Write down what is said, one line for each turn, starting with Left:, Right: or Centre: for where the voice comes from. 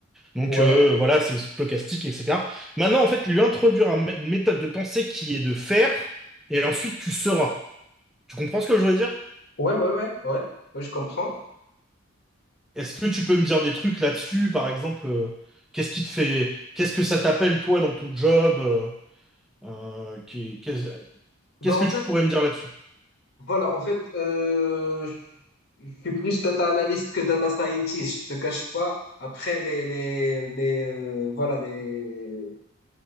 Centre: Donc
Left: Ouais,
Centre: euh, voilà, c'est stochastique, etc. Maintenant, en fait, lui introduire un mé- une méthode de pensée qui est de faire, et ensuite tu seras. Tu comprends ce que je veux dire?
Left: ouais, ouais, ouais, ouais, ouais, je comprends.
Centre: Est-ce que tu peux me dire des trucs là-dessus, par exemple, euh, qu'est-ce qui te fait, qu'est-ce que ça t'appelle toi dans ton job? euh, euh, qui- qu'est-
Left: Ben,
Centre: qu'est-ce
Left: en
Centre: que
Left: fait,
Centre: tu pourrais me dire là-dessus?
Left: Voilà, en fait, euh, je suis plus data analyst que data scientist, je te cache pas. Après, les, les, les, euh, voilà, les,